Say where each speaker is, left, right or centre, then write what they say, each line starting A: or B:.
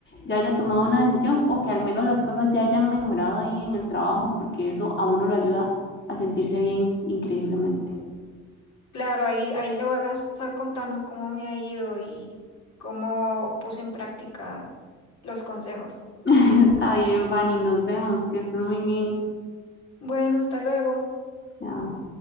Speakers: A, on the left (about 30°); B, on the left (about 50°).
A: ya haya tomado una decisión o que al menos las cosas ya hayan mejorado ahí en el trabajo, porque eso a uno lo ayuda a sentirse bien increíblemente.
B: Claro, ahí, ahí le voy a estar contando cómo me ha ido y cómo puse en práctica los consejos.
A: <laughs> Está bien, Fanny, nos vemos, que estés muy bien.
B: Bueno, hasta luego.
A: Chao.